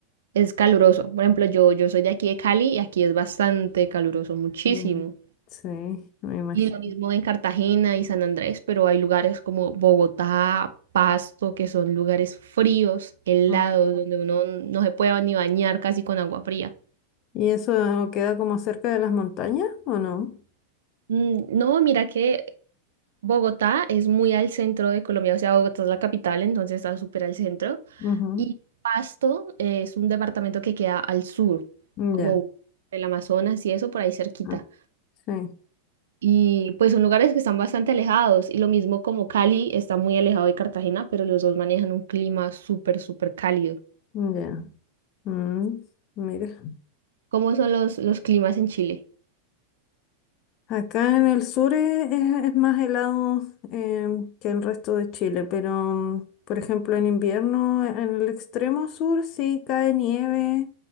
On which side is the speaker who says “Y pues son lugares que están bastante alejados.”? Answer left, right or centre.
Right